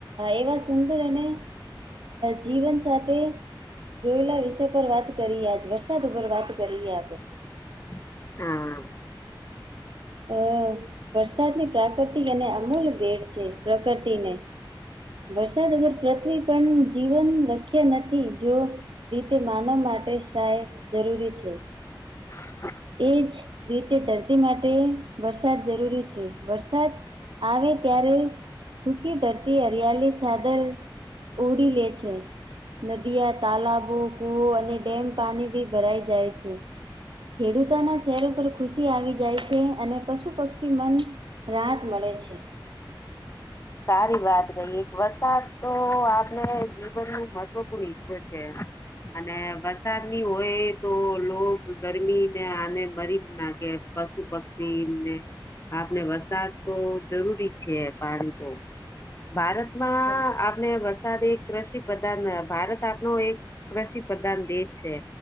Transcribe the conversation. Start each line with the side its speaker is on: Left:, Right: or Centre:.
Right: એવા સુંદર અને જીવન સાથે જોયેલા વિષય પર વાત કરીએ આજ વરસાદ ઉપર વાત કરીએ આપે.
Left: હા
Right: અ વરસાદની પ્રાકૃતિક અને અમૂલ ભેટ છે પ્રકૃતિને. વરસાદ વગર પૃથ્વી પરનું જીવન શક્ય નથી જો રીતે માનવ માટે શાય જરૂરી છે.
Left: <inaudible>
Right: એજ રીતે ધરતી માટે વરસાદ જરૂરી છે. વરસાદ આવે ત્યારે સુકી ધરતી હરિયાળી ચાદર ઓઢી લે છે. નદીયા તાલાબો કુવો અને ડેમ પાણી બી ભરાઈ જાય છે. ખેડૂતોના ચહેરો ઉપર ખુશી આવી જાય છે. અને પશુ પક્ષી પણ રાહત મળે છે.
Left: સારી વાત કહીએ એક વરસાદ તો આપણે જીવનનું મહત્વપૂર્ણ હિસ્સો છે. અને વરસાદની હોય તો લોક ગરમી ને આને મરી જ નાખે. પશુ પક્ષીને આપણે વરસાદ તો જરૂરી છે. પાણી ભારતમાં
Right: અચ્ા <unintelligible>
Left: આપણે વરસાદ એક કૃષિ પ્રધાન ભારત આપનો એક કૃષિ પ્રધાન દેશ છે.